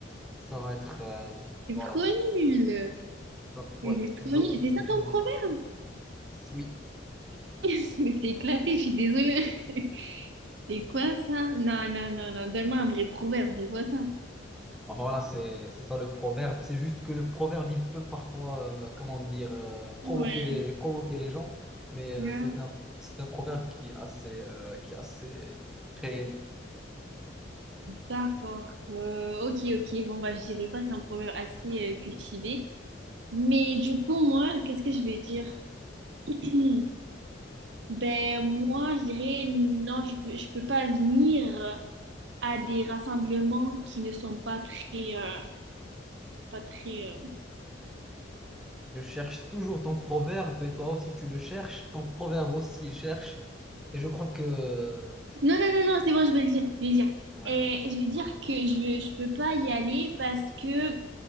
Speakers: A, in the centre; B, on the right.
A: ça va être... euh,
B: C'est
A: voilà.
B: trop nul.
A: ça- ouais,
B: Mais C'est
A: je,
B: trop nul. C'est ça
A: je
B: ton
A: n'aurai
B: proverbe?
A: pas le choix. Oui.
B: <laughs> C'est éclaté, je suis désolée. <laughs> C'est quoi ça? Non, non, non, non. Donne-moi un vrai proverbe, c'est quoi ça?
A: Bon, Voilà, c'est c'est ça le proverbe. C'est juste que le proverbe, il peut parfois, euh, comment dire, euh, provoquer
B: Ouais.
A: les, provoquer les gens, mais euh,
B: Ouais.
A: c'est un, c'est un proverbe qui est assez, euh, qui est assez réel.
B: D'accord. Euh, ok, ok. Bon, bah, je dirais pas, c'est un proverbe assez euh, cultivé. Mais du coup, moi, qu'est-ce que je vais dire? <clears throat> Ben, moi, je dirais, non, je, peux- je peux pas venir à des rassemblements qui ne sont pas très, euh, pas très, euh,
A: Je cherche toujours ton proverbe et toi aussi tu le cherches, ton proverbe aussi il cherche. Et je crois que... euh,
B: Non, non, non, non, c'est bon, je vais le dire. Je vais le dire.
A: ouais.
B: Et je vais dire que je, je peux pas y aller parce que